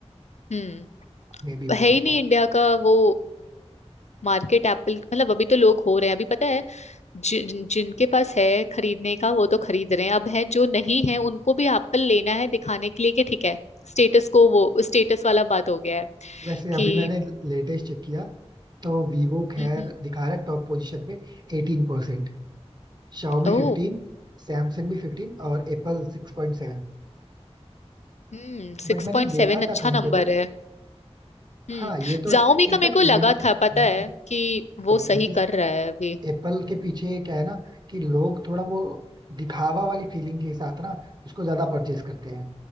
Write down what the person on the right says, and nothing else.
मे भी हो
सकता
है
वैसे अभी
मैंने लेटेस्ट चेक किया तो वीवो खैर
दिखा रहा है टॉप पोजीशन पे 18% शाओमी
15 सैमसंग भी 15 और एप्पल 6.7
बट
मैंने
देखा था
कहीं
पे तो
हाँ ये तो
है। इनफैक्ट
मेन चीज
है ना
मेन
चीज
एप्पल के पीछे क्या है ना कि लोग थोड़ा वो दिखावा वाली फीलिंग के साथ ना उसको ज्यादा परचेज करते हैं